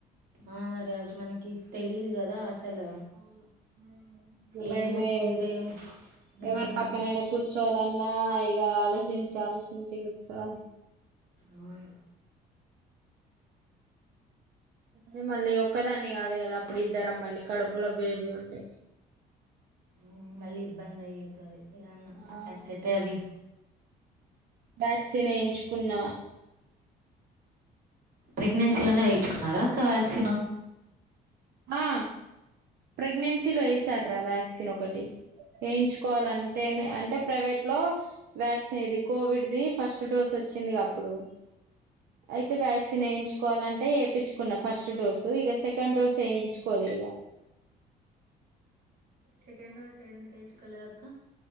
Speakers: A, on the right; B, on the right.
A: ఆ మరి అది మనకి తెలియదు కదా అసలు
B: అవును <unintelligible> బయమది
A: ఏది ముట్టుకుంటే మ్మ్.
B: ఎవరి పక్కనేను కు చోలన్నా ఈ ఆలోచించు ఆలోచించంచి గచ్చ <unintelligible>
A: అవును
B: అదే మళ్ళీ ఒక్కదాన్ని కాదు కదా అప్పుడు ఇద్దరం మళ్ళీ కడుపులో బేబీ ఉండే
A: ఉం మళ్ళీ ఇబ్బంది అయితది ఏదన్నా
B: ఆ
A: అటాక్ అయితే అది
B: టాక్సిన్ వేయించుకున్నా
A: ప్రెగ్నెన్సీలోనే వేయిచుకున్నారా అక్క వ్యాక్సిన్
B: ఆ ప్రెగ్నెన్సీలో వేసార రా వ్యాక్ ను ఒకటి వేయించుకోవాళ్లంటే నే అంటే ప్రైవేట్ లో వ్యాక్సిన్ ఇది కోవిడ్ది ఫస్ట్ డోస్ వచ్చింది గా అప్పుడు అయితే వ్యాక్సిన్ వేయించుకోవాలంటే వేపిచుకున్న ఫస్ట్ డోసు ఇగ సెకండ్ డోసు వేయించుకోలే ఇగ
A: సెకండ్ డోస్ ఎందుకు ఏయిచుకోలేదక్క